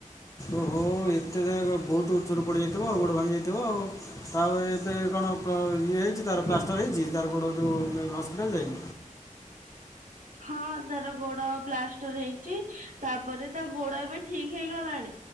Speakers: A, on the left; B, on the right.
A: ଓହୋ ଏତେ ଦେ ବହୁତ ଉଚ୍ଚରୁ ପଡିଯାଇଥିବ ଗୋଡ ଭାଙ୍ଗି ଯାଇଥିବ ଆଉ ଏବେ କଣ ପ ଇଏ ହେଇଚି ତାର ପ୍ଲାଷ୍ଟର ହେଇଚି ତାର ଗୋଟ ଯୋଉ ହସ୍ପିଟାଲ ଯାଇ
B: ହଁ ତାର ଗୋଡ ପ୍ଲାଷ୍ଟର ହେଇଚି ତାପରେ ତା ଗୋଡ ଏବେ ଠିକ ହେଇଗଲାଣି।